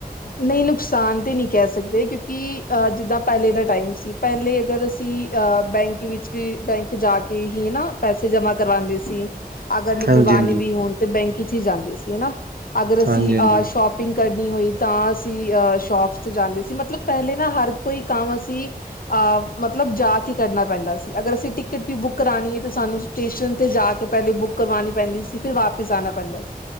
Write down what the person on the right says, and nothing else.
ਹਾਂਜੀ
ਹਾਂਜੀ
ਹਾਂਜੀ ਹਾਂਜੀ